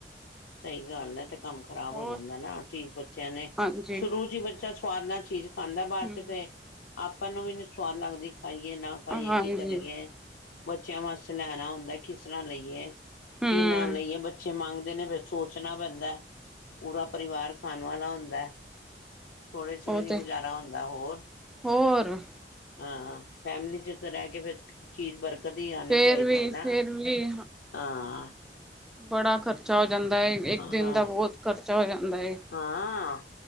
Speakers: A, on the left (about 75°); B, in the centre.
A: ਸਈ ਗੱਲ ਐ, ਤੇ ਕੰਮ ਖ਼ਰਾਬ
B: ਹੋਰ
A: ਹੋ ਜਾਂਦਾ ਐਨਾ ਐ ਚੀ ਬੱਚਿਆਂ ਨੇ,
B: ਹਾਂਜੀ
A: ਸ਼ੁਰੂ ਚ ਈ ਬੱਚਾ ਸਵਾਦ ਨਾਲ ਚੀਜ ਖਾਂਦੈ, ਬਾਦ
B: ਹਮ
A: ਚ ਤੇ ਆਪਾਂ ਨੂੰ ਵੀ ਨੀ ਸਵਾਦ ਲੱਗਦੀ। ਖਾਈਏ ਨਾ ਖਾਈਏ,
B: ਹਾਂਜੀ
A: ਕੀ ਕਰੀਏ? ਬੱਚਿਆਂ ਵਾਸਤੇ ਲੈਣਾ ਹੁੰਦਾ ਕਿਸ ਤਰਾਂ ਲਈਏ?
B: ਹਮ
A: ਕਿਹਨਾਂ ਲਈਏ ਬੱਚੇ ਮੰਗਦੇ ਨੇ ਫੇਰ। ਸੋਚਣਾ ਪੈਂਦੈ, ਪੂਰਾ ਪਰਿਵਾਰ ਖਾਨ ਵਾਲਾ ਹੁੰਦੈ। ਥੋੜੇ ਚ
B: ਉਹ
A: ਵੀ ਨੀ
B: ਤੇ
A: ਗੁਜ਼ਾਰਾ ਹੁੰਦਾ ਹੋਰ
B: ਹੋਰ
A: ਹਾਂ, ਫੈਮਿਲੀ ਚ ਤੇ ਰੈ ਕੇ ਫੇਰ ਚੀਜ ਬਰਕਤ ਈ ਆਣੀ
B: ਫੇਰ
A: ਚਾਈਦੀ
B: ਵੀ
A: ਐਨਾ,
B: ਫੇਰ ਵੀ
A: ਹਾਂ।
B: ਬੜਾ ਖਰਚਾ ਹੋ ਜਾਂਦਾ ਏ, ਏਕ ਦਿਨ
A: ਹਾਂ
B: ਦਾ ਬੌਤ ਖਰਚਾ ਹੋ ਜਾਂਦਾ ਏ।
A: ਹਾਂ,